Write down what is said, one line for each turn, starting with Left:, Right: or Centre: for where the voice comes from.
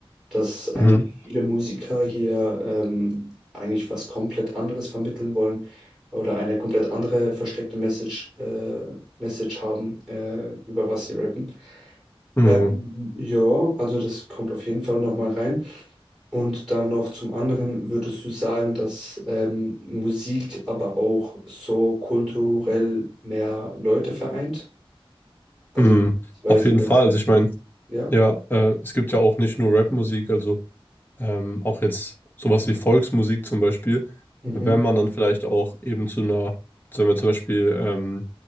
Centre: dass eigentlich
Left: Mhm.
Centre: viele Musiker hier ähm, eigentlich was komplett anderes vermitteln wollen oder eine komplett andere versteckte Message, äh, Message haben, äh, über was sie rappen.
Left: Mhm.
Centre: Ähm, Ja, also das kommt auf jeden Fall nochmal rein. Und dann noch zum anderen, würdest du sagen, dass ähm, Musik aber auch so kulturell mehr Leute vereint? Also
Left: Mhm.
Centre: beziehungsweise
Left: Auf jeden
Centre: das,
Left: Fall. Also ich meine,
Centre: ja?
Left: ja, äh, es gibt ja auch nicht nur Rap-Musik, also ähm, auch jetzt sowas wie Volksmusik zum Beispiel,
Centre: Mhm.
Left: wenn man dann vielleicht auch eben zu einer, also wenn man zum Beispiel, ähm,